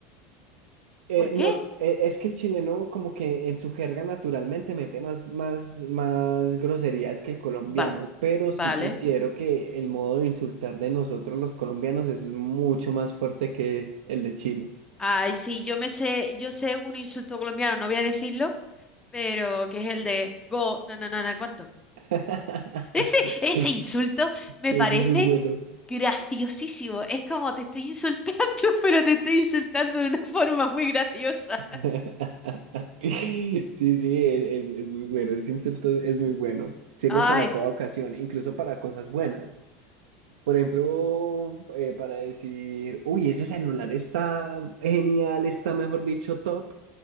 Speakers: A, on the right; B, on the left.
A: Eh,
B: ¿Por qué?
A: no, eh, es que el chileno como que en su jerga naturalmente mete más, más, más groserías que el colombiano,
B: Vale,
A: pero
B: vale.
A: sí considero que el modo de insultar de nosotros los colombianos es mucho más fuerte que el de Chile.
B: Ay, sí, yo me sé, yo sé un insulto colombiano, no voy a decirlo, pero que es el de go, no, no, no, no, ¿cuánto?
A: <laughs>
B: <laughs> Ese, ese insulto me
A: Eso
B: parece
A: es muy bueno.
B: graciosísimo. Es como te estoy insultando, <laughs> pero te estoy insultando de una forma muy graciosa.
A: <laughs> Sí, sí, es, es- es muy bueno, ese insulto es muy bueno. Sirve
B: Ay,
A: para toda ocasión, incluso para cosas buenas. Por ejemplo, eh, para decir, uy, ese celular está genial, está mejor dicho top.